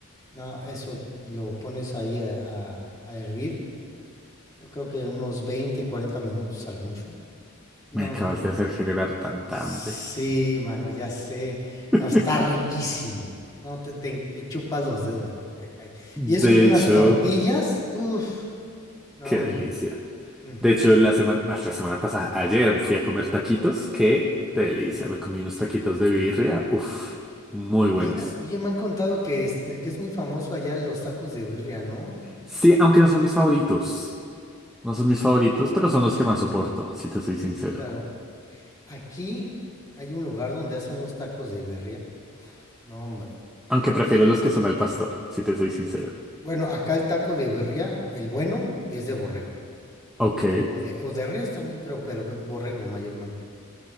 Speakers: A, on the left (about 20°); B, in the centre.
A: No, eso lo pones ahí a, a- a hervir. Yo creo que unos 20, 40 minutos al mucho. No,
B: me acabas
A: hombre.
B: de hacer generar tanta
A: Sí,
B: hambre.
A: mano, ya sé.
B: <laughs>
A: No, está riquísimo. No, te, te- te chupas los dedos, mano, me cae. Y eso
B: De
A: y unas
B: hecho,
A: tortillas. Uf, no,
B: qué
A: hombre.
B: delicia.
A: Ujú,
B: De hecho, la semana, más la semana pasada, ayer fui a comer taquitos. Qué
A: ujú.
B: delicia. Me comí unos taquitos de birria. Uf, muy buenos.
A: Y, ah, oye, me han contado que es, que es muy famoso allá los tacos de birria, ¿no?
B: Sí, aunque no son mis favoritos. No son mis favoritos, pero son los que más soporto, si te soy sincero.
A: Claro. Aquí hay un lugar donde hacen unos tacos de birria. Uf, no, hombre.
B: Aunque prefiero
A: Es,
B: los que son al pastor, si te soy sincero.
A: bueno, acá el taco de birria, el bueno, es de borrego.
B: Ok,
A: O de, o de res también creo, pero pues borrego mayormente.